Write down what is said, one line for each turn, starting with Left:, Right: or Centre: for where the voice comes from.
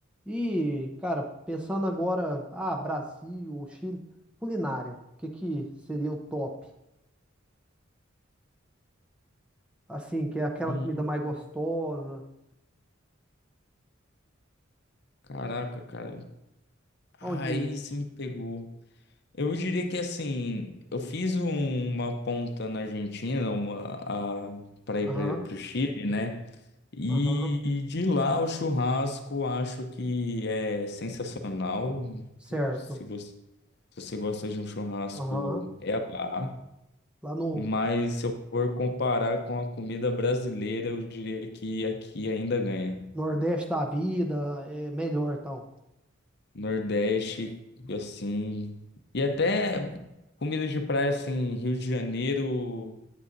Centre: E, cara, pensando agora, ah, Brasil ou Chile, culinária, o que que seria o top? Assim, que é aquela
Left: Hum,
Centre: comida mais gostosa,
Left: caraca, cara. Aí
Centre: onde,
Left: você me pegou. Eu diria que assim, eu fiz um- uma ponta na Argentina, uma para
Centre: aham,
Left: ir para o Chile, né? E
Centre: aham,
Left: de lá o churrasco acho que é sensacional.
Centre: certo,
Left: Se você, se você gosta de um churrasco,
Centre: aham,
Left: é lá.
Centre: lá no
Left: Mas se eu for comparar com a comida brasileira, eu diria que aqui ainda ganha.
Centre: Nordeste da vida é melhor, então,
Left: Nordeste, assim. E até comidas de praia, assim, Rio de Janeiro,